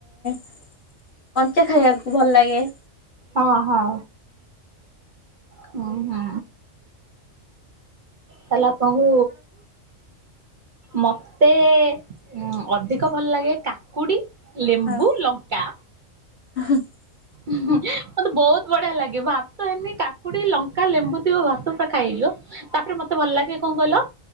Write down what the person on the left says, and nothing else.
କଞ୍ଚା ଖାଇବାକୁ ଭଲ ଲାଗେ।
ହଁ
<unintelligible>